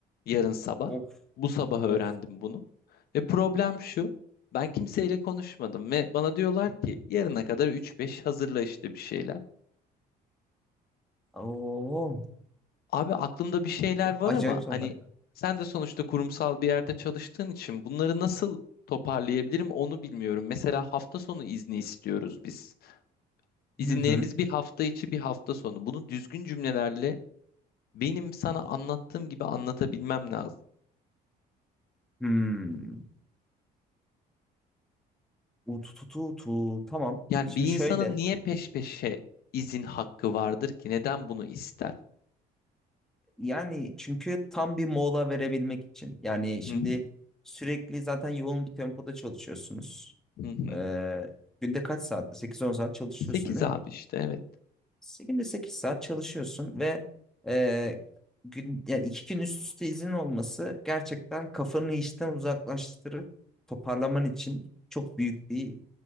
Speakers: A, on the left; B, in the centre.
A: Yarın sabah.
B: Of
A: Bu sabah öğrendim
B: of.
A: bunu. Ve problem şu. Ben kimseyle konuşmadım ve bana diyorlar ki yarına kadar 3-5 hazırla işte bir şeyler.
B: Oo.
A: Abi aklımda bir şeyler var
B: Acayip
A: ama
B: sorular.
A: hani sen de sonuçta kurumsal bir yerde çalıştığın için bunları nasıl toparlayabilirim onu bilmiyorum. Mesela hafta sonu izni istiyoruz biz. İzinlerimiz
B: Hı hı.
A: bir hafta içi bir hafta sonu. Bunu düzgün cümlelerle benim sana anlattığım gibi anlatabilmem lazım.
B: Hmm. Utu tu tu tu. Tamam.
A: Yani
B: Şimdi
A: bir
B: şöyle.
A: insanın niye peş peşe izin hakkı vardır ki? Neden bunu ister?
B: Yani çünkü tam bir mola verebilmek için. Yani şimdi
A: Hı hı,
B: sürekli zaten yoğun bir tempoda çalışıyorsunuz.
A: hı hı.
B: Ee, günde kaç saatte? 8-10 saat çalışıyorsun
A: Sekiz
B: değil
A: abi
B: mi?
A: işte evet.
B: Se- Günde 8 saat çalışıyorsun ve e, gün, yani iki gün üst üste izin olması gerçekten kafanı işten uzaklaştırıp toparlaman için çok büyük bir